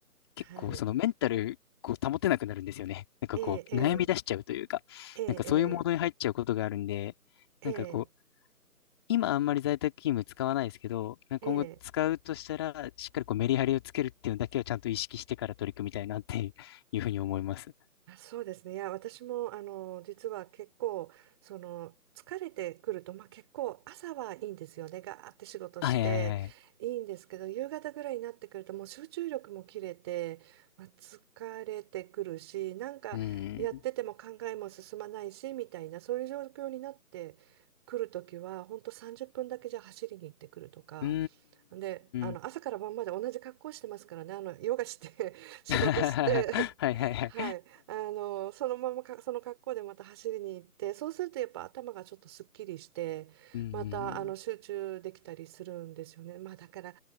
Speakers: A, on the right; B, on the left.
A: はい。
B: 結構そのメンタル、こう保てなくなるんですよね。なんかこう、
A: ええ、
B: 悩み出しちゃうというか、
A: ええ、
B: なんかそういうモードに入っちゃうことがあるんで、
A: ええ、ええ、
B: なんかこう、今あんまり在宅勤務使わないですけど、なんか今後使うとしたら、
A: ええ、え
B: しっかりこうメリハリをつけるっていうのだけはちゃんと意識してから取り組みたいなって <laughs> いうふうに思います。
A: あ、そうですね。いや、私も、あの、実は結構、その、疲れてくると、まあ、結構朝はいいんですよね。ガーって仕事していいんですけど、
B: はいはいはい。
A: 夕方ぐらいになってくると、もう集中力も切れて、まあ、疲れてくるし、なんかやってても考えも進まないし、
B: うーん。
A: みたいな、そういう状況になってくるときは、本当30分だけじゃ走りに行ってくるとか。
B: うー
A: で、あの、
B: ん。
A: 朝から晩まで同じ格好してますからね、あの、ヨガして <laughs>
B: <laughs>
A: 仕事して
B: はいはいはい。
A: <laughs> はい。あの、そのままか、その格好でまた走りに行って、そうするとやっぱ頭がちょっとすっきりして、
B: <laughs> うん。
A: またあの集中できたりするんですよね。まあだから、